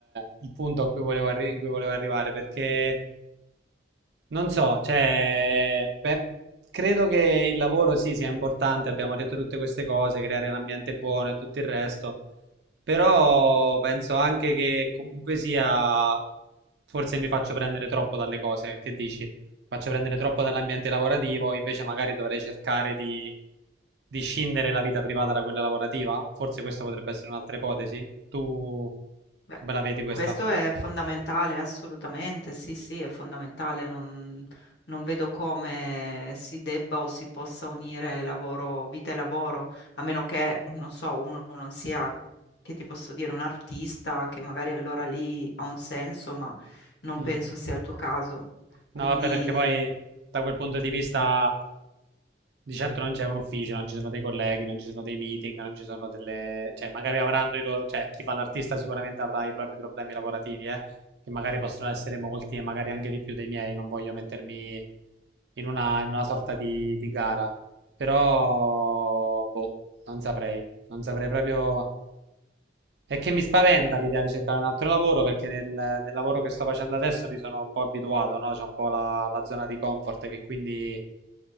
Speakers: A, on the right (about 70°); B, on the left (about 75°).
A: il punto a cui volevo arri- in cui volevo arrivare, perché Non so, cioè, beh, credo che il lavoro sì sia importante, abbiamo detto tutte queste cose, creare l'ambiente buono e tutto il resto, però penso anche che comunque sia, forse mi faccio prendere troppo dalle cose, che dici? Faccio prendere troppo dall'ambiente lavorativo, invece magari dovrei cercare di, di scindere la vita privata da quella lavorativa? Forse questa potrebbe essere un'altra ipotesi. Tu
B: Beh,
A: come la vedi questa?
B: questo è fondamentale, assolutamente, sì, sì, è fondamentale. Non, non vedo come si debba o si possa unire lavoro, vita e lavoro, a meno che, non so, uno non sia, che ti posso dire, un artista, che magari allora lì ha un senso, ma non
A: Mm.
B: penso sia il tuo caso. Quindi...
A: No, vabbè, perché poi da quel punto di vista Di certo non c'è un ufficio, non ci sono dei colleghi, non ci sono dei meeting, non ci sono delle... Cioè, magari avranno i loro... Cioè, chi fa l'artista sicuramente avrà i propri problemi lavorativi, eh, che magari possono essere molti e magari anche di più dei miei. Non voglio mettermi in una, in una sorta di, di gara. Però, boh, non saprei. Non saprei proprio... È che mi spaventa l'idea di cercare un altro lavoro perché nel, nel lavoro che sto facendo adesso mi sono un po' abituato, no? C'è un po' la, la zona di comfort che quindi